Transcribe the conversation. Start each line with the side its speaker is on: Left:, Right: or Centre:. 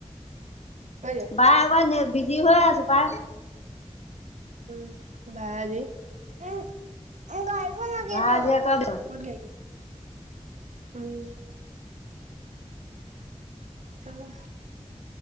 Right: কৈ দিয়া। হয় নাই
Left: বা এবাৰ বিজি হৈ আছো। বা
Right: উম বা আজি। উম। গাড়ীখন লাগিব
Left: বা আজি আকৌ
Right: ক'ত গাড়ী আছে। উম। অ